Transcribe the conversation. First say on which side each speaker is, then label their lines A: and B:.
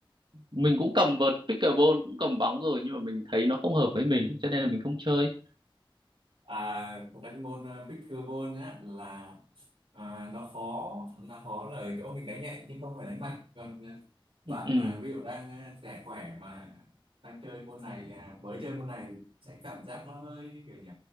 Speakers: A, on the right; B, on the right.
A: mình cũng cầm vợt pickleball cũng cầm bóng rồi nhưng mà mình thấy nó không hợp với mình cho nên là mình không chơi
B: à, thật ra cái môn à, pickleball á là à, nó khó nó khó là ở chỗ mình đánh nhẹ nhưng không phải đánh mạnh còn à, bạn
A: ừ.
B: mà ví dụ đang à, trẻ khỏe mà đang chơi môn này à, mới chơi môn này thì sẽ cảm giác nó hơi kiểu nhỉ